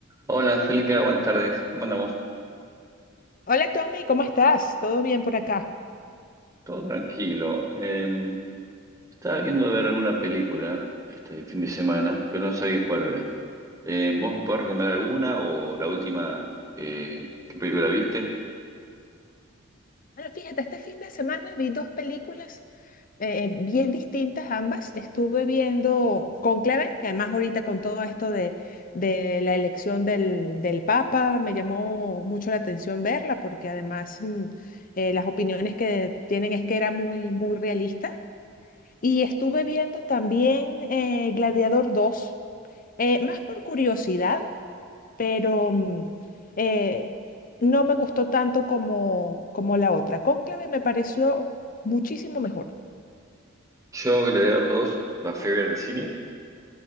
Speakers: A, on the right (about 15°); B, on the left (about 40°).
A: Hola Angélica, buenas tardes. ¿Cómo andamos?
B: Hola Tommy, ¿cómo estás? ¿Todo bien por acá?
A: Todo tranquilo. Eh, estaba viendo ver alguna película este fin de semana, pero no sabía cuál ver. Eh, ¿vos me podés recomendar alguna o la última que, qué película viste?
B: Bueno, fíjate, este fin de semana vi dos películas eh, bien distintas ambas. Estuve viendo Cónclave, que además ahorita con todo esto de, de la elección del, del Papa, me llamó mucho la atención verla, porque además mm, eh, las opiniones que tienen es que era muy, muy realista. Y estuve viendo también eh, Gladiador dos, eh, más por curiosidad pero mm, eh, no me gustó tanto como, como la otra. Cónclave me pareció muchísimo mejor.
A: Yo, Gladiador dos, la fui a ver al cine.